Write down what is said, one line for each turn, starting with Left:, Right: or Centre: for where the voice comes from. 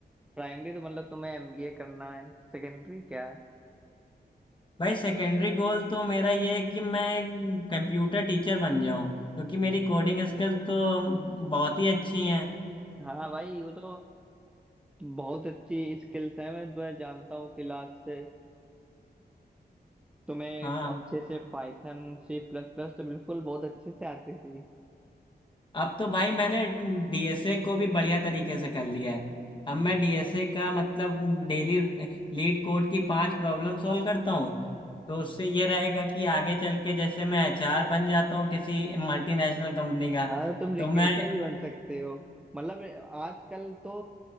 Centre: प्राइमरी तो मतलब तुम्हें एमबीए करना है सेकेंडरी क्या है
Left: भाई सेकेंडरी गोल तो मेरा ये है कि मैं एक कंप्यूटर टीचर बन जाऊं क्योंकि मेरी कोडिंग स्किल तो बहुत ही अच्छी हैं
Centre: हाँ भाई वो तो बहुत अच्छी स्किल्स है मैं तुम्हें जानता हूँ क्लास से तुम्हें
Left: हाँ
Centre: अच्छे से पाइथन सी प्लस प्लस तो बिल्कुल बहुत अच्छे से आती थी
Left: अब तो भाई मैंने डीएसए को भी बढ़िया तरीके से कर लिया है अब मैं डीएसए का मतलब डेली लीड कोड की पांच प्रॉब्लम सॉल्व करता हूँ तो उससे ये रहेगा कि आगे चल के जैसे मैं एचआर बन जाता हूँ किसी मल्टीनेशनल कंपनी का
Centre: हाँ तो तुम रिक्रूटर
Left: तो मैं
Centre: भी बन सकते हो मतलब आजकल तो